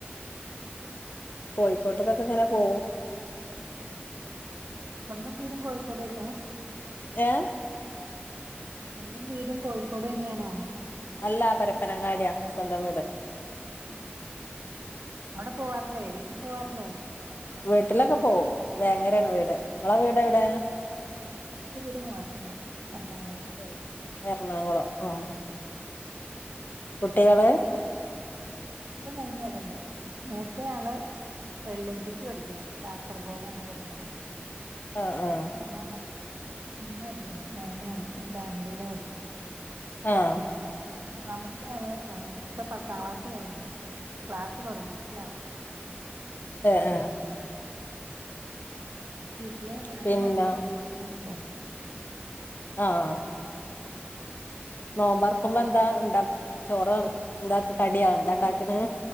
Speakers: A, on the right; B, on the left.
A: ആഹ് ഉം
B: കോഴിക്കോട്ടേക്കൊക്കെ ഇങ്ങനെ പോകും
A: ഉം സ്വന്തും വീടും കോഴിക്കോട് തന്നെ
B: ഏഹ്
A: സ്വന്തം വീടും കോഴിക്കോട് തന്നെയാണോ
B: അല്ലാ പരപ്പനങ്ങാടിയ സ്വന്തം വീട്
A: ഉം അവിടെ പോവാറില്ലേ വീട്ടിൽ പോവാറില്ലേ
B: വീട്ടിലൊക്കെ പോവും വേങ്ങരയാണ് വീട് നിങ്ങളെ വീട് എവിടെ
A: എന്റെ വീട് മൂവാറ്റുപുഴ എറണാകുളം
B: ആഹ് എറണാകുളം ആഹ്
A: ഉം ഉം
B: കുട്ടികള്
A: കുട്ടികള് മൂന്ന് പേരുണ്ട് മൂത്ത ആള് എൽ എൽ പിക്ക് പഠിക്ക് ണു കാസർഗോഡ ആണ് പഠിക്കണ
B: ആഹ് ആഹ്
A: രണ്ടാമത്തെ നഴ്സിങ്ങിന് പഠിക്കുന്നു മോനാണ് ഓൻ ബാംഗ്ലൂരപഠിക്കുന്നത്
B: ആഹ്
A: മൂന്നാമത്തെ ആള് ഇപ്പ പത്താം ക്ലാസ് കഴിഞ്ഞു ക്ലാസ് തുടങ്ങിയിട്ടില്ല അവർക്ക്
B: ഏഹ് ഏഹ്
A: വീട്ടില് ഞാനും
B: പിന്നെ
A: മക്കളും ഹസ്ബൻ്റും
B: ആഹ് നോമ്പർക്കുമ്പോ എന്താ ഇണ്ടാക്ക ചോറാണ് കടിയോ
A: നോമ്പ്
B: എന്താ
A: തുറക്കുന്ന
B: ണ്ടാക്ക്ണേ